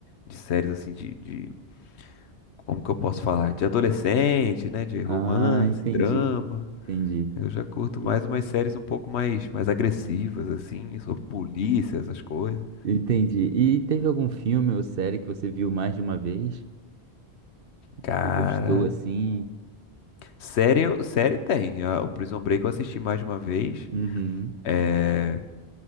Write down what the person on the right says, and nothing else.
Ah, entendi,
entendi.
E-
Entendi. E teve algum filme ou série que você viu mais de uma vez?
Você gostou assim?
Uhum,